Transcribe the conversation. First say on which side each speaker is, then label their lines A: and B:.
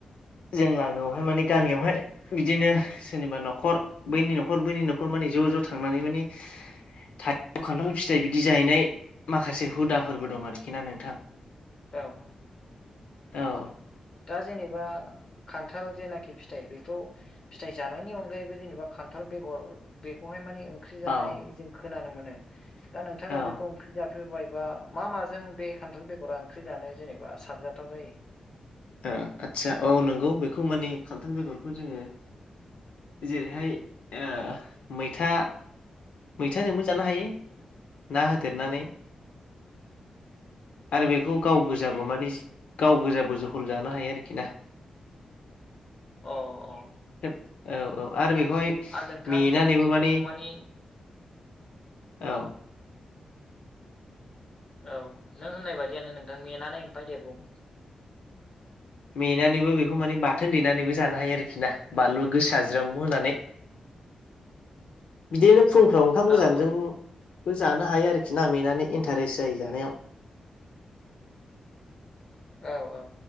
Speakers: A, on the left; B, on the left.
A: जों लागोआवहाय मानिे गामियावहाय बिदिनो सोरनिबा न'खर बैनि न'खर बैनि न'खर मानिे ज' ज' ज' थांनानै माने थाइजौ खान्थाल फिथाइ बिदि जाहैनाय माखासे हुदाफोरबो दं आरोखि ना नोंथां
B: औ
A: औ
B: दा जेनेबा खान्थाल जेनाखि फिथाइ बेखौ फिथाइ जानायनि अनगायैबो जेनेबा खान्थाल बेगर बेखौहाय माने ओंख्रि जानाय
A: औ
B: जों खोनानो मोनो दा नोंथाङा
A: औ
B: बेखौ ओंख्रि बेफोरबायबा मा माजों बे खान्थाल बेगरा ओंख्रि जानो जेनेबा साबजाथाव जायो
A: ओ आटचसा औ नंगौ बेखौ माने खान्थाल बेगरखौ जोङो जेरैहाय ओ मैथा मैथाजोंबो जानो हायो ना होदेरनानै
B: <inaudible>
A: आरो बेखौ गाव गोजाबो मानि गाव गोजाबो जहल जानो हायो आरोखि ना
B: अ अ
A: औ औ आरो बेखौहाय
B: आरो नोंथां
A: मेनानैबो
B: जोंनिथिं
A: माने
B: बेखौ मानि
A: औ
B: औ नों होननाय बादियानो नोंथां मेनानै ओमफ्राय दे बुं
A: मेनानैबो बेखौ माने बाथोन देनानैबो जानो हायो आरोखि ना बानलु गोसा ज्रोम होनानै
B: <inaudible>
A: बिदिनो फुंफ्राव ओंखाम गोजांजों
B: औ औ
A: । जानो हायो आरोखि ना मेनानै इन्टारेस्ट जायो जानायाव।
B: औ औ